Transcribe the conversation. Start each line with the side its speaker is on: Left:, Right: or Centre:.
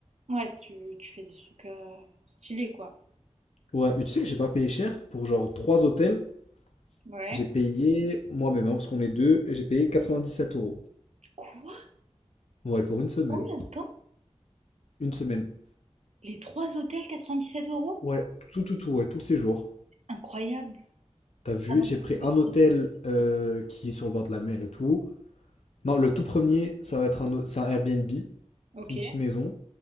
Right: Ouais, tu, tu fais des trucs euh, stylés quoi.
Left: Ouais, mais tu sais que j'ai pas payé cher pour genre 3 hôtels.
Right: Ouais.
Left: J'ai payé moi-même, hein, parce qu'on est deux, et j'ai payé 97 euros.
Right: Quoi?
Left: Ouais, pour une semaine.
Right: Combien de temps?
Left: Une semaine.
Right: Les trois hôtels 97 euros?
Left: Ouais, tout, tout, tout, ouais, tout le séjour.
Right: Incroyable.
Left: T'as vu,
Right: Ah non,
Left: j'ai
Right: je
Left: pris
Right: c'est
Left: un hôtel
Right: pas.
Left: euh, qui est sur le bord de la mer et tout. Non, le tout premier, ça va être un, au- c'est un Airbnb.
Right: Ok,
Left: C'est une petite maison